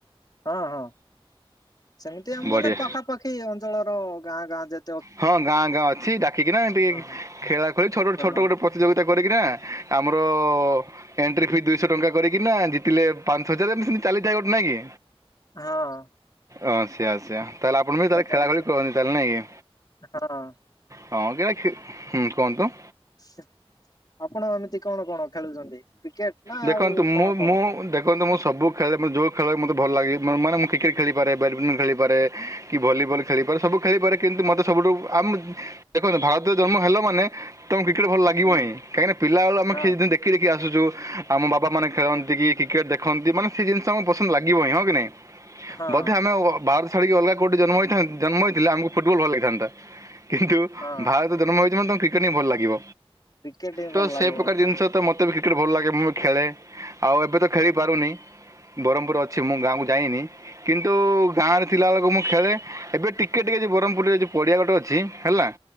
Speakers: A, on the left (about 40°); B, on the right (about 30°).
A: ହଁ ହଁ ସେଇଁତି ଆମ
B: ବଢ଼ିଆ
A: ମାନେ ପାଖାପାଖି ଅଞ୍ଚଳର ଗାଁ ଗାଁ ଯେ
B: ହଁ ଗାଁ ଗାଁ ଅଛି ଡାକିକିନା ଏମତି
A: ହଁ ହଁ
B: ଖେଳା ଖେଳି ଛୋଟ
A: ଟୁର୍ଣ୍ଣାମେଣ୍ଟ
B: ଛୋଟ ଗୋଟେ ପ୍ରତିଯୋଗିତା କରିକିନା ଆମର ଏଣ୍ଟ୍ରି ଫି ଦୁଇଶ ଟଙ୍କା କରିକିନା ଜିତିଲେ ମ୍ପାସ ହଜାରେ ଏମିତି ସେମତି ଚାଲିଥାଏ ଗୋଟେ ନାଇଁକି?
A: ହାଁଅ!
B: ଅଁ ସେୟା ସେୟା ତାହେଲେ ଆପଣ ବି ତାହଲେ
A: ଚାଲିଛି
B: ଖେଳା ଖେଳି କରନ୍ତି ତାହେଲେ ନାଇଁକି?
A: ହଁ
B: ହଁ ଗିଆ ଖି ହଁ କଣତ।
A: ସିଟ ଆପଣ ଏମିତି କଣ କଣ ଖେଳୁଚନ୍ତି କ୍ରିକେଟ? ନା
B: ଦେଖନ୍ତୁ
A: ଆଉ କଣ
B: ମୁଁ
A: କଣ
B: ମୁଁ ଦେଖ ଦେଖନ୍ତୁ ମୁଁ ସବୁ ଖେଳେ ଯୋଉ ଖେଳ ମୋତେ ଭଲ ଲାଗେ ମାନେ ମୁଁ କ୍ରିକେଟ ଖେଳିପାରେ, ବ୍ୟାଡ଼ମିଣ୍ଟନ୍ ଖେଳିପାରେ। କି ଭଲିବଲ ଖେଳିପାରେ ସବୁ ଖେଳିପାରେ, କିନ୍ତୁ ମତେ ସବୁଠୁ ଆମ ଦେଖନ୍ତୁ ଭାରତରେ ଜନ୍ମ ହେଲା ମାନେ ତମକୁ କ୍ରିକେଟ୍ ଭଲ ଲାଗିବ
A: ହୁଁ
B: ହିଁ, କାହିଁକିନା ପିଲାବେଳୁ ଆମେ
A: ହଁ
B: ଖି ଦେଖିଦେଖି ଆସୁଚୁ! ଆମ ବାବା ମାନ ଖେଳନ୍ତିକି
A: ହଁ
B: କ୍ରିକେଟ ଦେଖନ୍ତି, ମାନେ ସେ ଜିନିଷ ଆମକୁ ପସନ୍ଦ ଲାଗିବ ହିଁ ନାଇଁ?
A: ହଁ
B: ବଧେ ଆମେ ଭାରତ ଛାଡିକି ଅଲଗା କୋଉଠି ଜନ୍ମଥାନ୍ତୁ ଜନ୍ମ ହୋଇଥିଲେ ଆମକୁ ଫୁଟବଲ ଭଲ ଲାଗିଥାନ୍ତା। ଦେଖନ୍ତୁ
A: ହଁ
B: ଭାରତରେ ଜନ୍ମ ହେଇଚ ମାନେ କ୍ରିକେଟ୍ ହିଁ ଭଲ ଲାଗିବ!
A: କ୍ରିକେଟ ହିଁ
B: ତ
A: ଭଲ ଲାଗିବ
B: ସେ ପ୍ରକାର ଜିନିଷ ତ ମତେବି କ୍ରିକେଟ୍ ଭଲ ଲାଗେ ମୁଁ ଖେଳେ, ଆଉ ଏବେ ତ ଖେଳିପାରୁନି! ବରଂପୁର ଅଛି ମୁଁ ଗାଁକୁ ଯାଇନି, କିନ୍ତୁ ଗାଁରେ ଥିଲାବେଳକୁ ମୁଁ ଖେଳେ! ଏବେ ଟିକେ ଟିକେ ବରଂପୁରରେ ଯୋଉ ପଡିଆ ଘଟ ଅଛି ହେଲା!